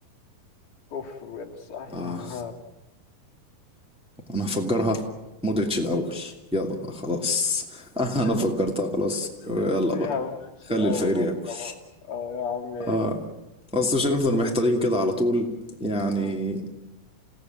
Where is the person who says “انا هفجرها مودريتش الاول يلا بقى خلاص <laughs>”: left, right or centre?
Centre